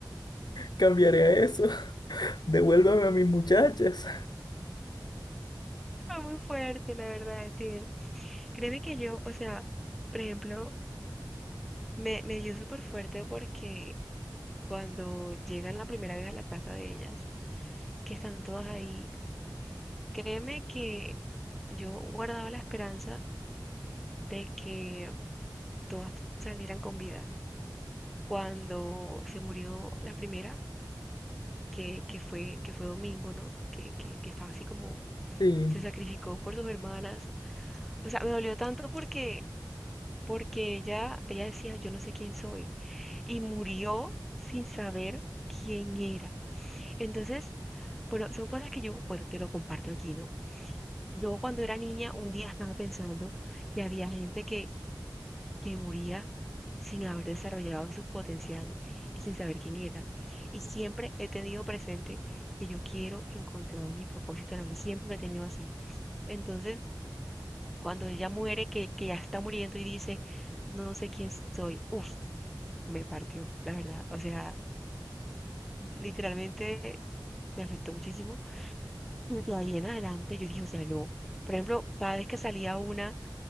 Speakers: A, on the left; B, in the centre.
A: Cambiaré a eso. <laughs> Devuélvame a mis muchachas.
B: Fue muy fuerte, la verdad, este, créeme que yo, o sea, por ejemplo, me, me dio súper fuerte porque cuando llegan la primera vez a la casa de ellas, que están todas ahí, créeme que yo guardaba la esperanza de que todas salieran con vida. Cuando se murió la primera, que, que fue, que fue Domingo, ¿no? Que, que, que estaba así como,
A: <laughs> Sí.
B: se sacrificó por sus hermanas. O sea, me dolió tanto porque porque ella, ella decía, yo no sé quién soy, y murió sin saber quién era. Entonces, bueno, son cosas que yo, bueno, te lo comparto aquí, ¿no? Yo cuando era niña, un día estaba pensando que había gente que, que moría sin haber desarrollado su potencial y sin saber quién era. Y siempre he tenido presente que yo quiero encontrar mi propósito en la vida, siempre lo he tenido así. Entonces, cuando ella muere, que, que ya está muriendo y dice, no sé quién soy, uff, me partió, la verdad. O sea, literalmente me afectó muchísimo. Y de ahí en adelante yo dije, o sea, no. Por ejemplo, cada vez que salía una,